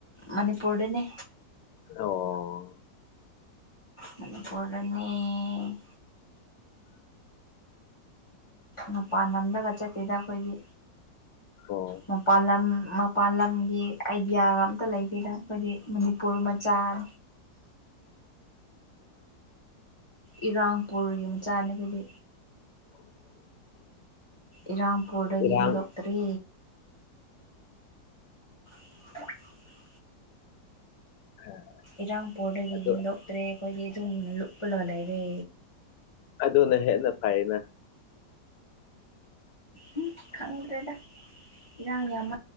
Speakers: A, on the left (about 25°); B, on the left (about 75°).
A: ꯃꯅꯤꯄꯨꯔꯗꯅꯦ꯫
B: ꯑꯣ
A: ꯃꯅꯤꯄꯨꯔꯔꯅꯤ꯫ ꯃꯄꯥꯥꯟ ꯂꯝꯗꯒ ꯆꯠꯇꯦꯗ ꯑꯩꯈꯣꯏꯒꯤ
B: ꯑꯣ
A: ꯃꯄꯥꯥꯟ ꯂꯝ ꯃꯄꯥꯥꯟ ꯂꯝꯒꯤ ꯑꯥꯏꯗꯤꯌꯥꯒ ꯑꯝꯇ ꯂꯩ꯫ ꯁꯤꯗ ꯑꯩꯈꯣꯏꯗꯤ ꯃꯅꯤꯄꯨꯔ ꯃꯆꯥꯥꯟ ꯏꯔꯥꯡꯄꯨꯔꯒꯤ ꯃꯆꯥꯅꯦ ꯑꯩꯈꯣꯏꯗꯤ꯫
B: <inaudible>
A: ꯏꯔꯥꯝꯄꯨꯔꯗꯒꯤ
B: ꯏꯔꯥꯡ
A: ꯍꯦꯟꯗꯣꯛꯇ꯭ꯔꯤ꯫ <inaudible> <unintelligible>
B: <inaudible>
A: ꯏꯔꯥꯡꯄꯨꯔꯗꯒꯤ
B: ꯑꯗꯨ
A: ꯍꯦꯟꯗꯣꯛꯇ꯭ꯔꯦ ꯑꯩꯈꯣꯏꯗꯤ ꯑꯗꯨꯨꯝ ꯂꯨꯞꯄꯂꯒ ꯂꯩꯔꯦ
B: ꯑꯗꯨꯅ ꯍꯦꯟꯅ ꯐꯩꯅ
A: ꯎꯝ ꯈꯪꯗ꯭ꯔꯦꯗ ꯏꯔꯥꯡ ꯌꯥꯝꯃ